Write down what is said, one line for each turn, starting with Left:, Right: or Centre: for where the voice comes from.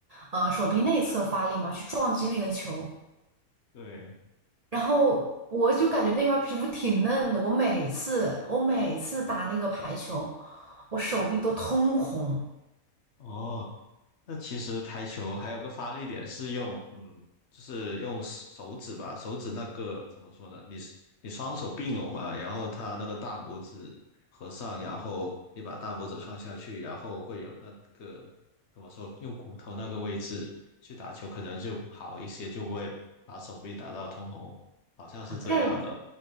Right: 呃手臂内侧发力嘛，去撞击那个球。
Left: 对。
Right: 然后我就感觉那块皮肤挺嫩的，我每次我每次打那个排球，我手臂都通红。
Left: 哦，那其实排球还有个发力点是用，嗯，就是用手指吧，手指那个怎么说呢？你你双手并拢嘛，然后他那个大拇指合上，然后你把大拇指放下去，然后会有那个怎么说？用骨头那个位置去打球可能就好一些，就不会把手臂打到通红，好像是这样的。
Right: 哎，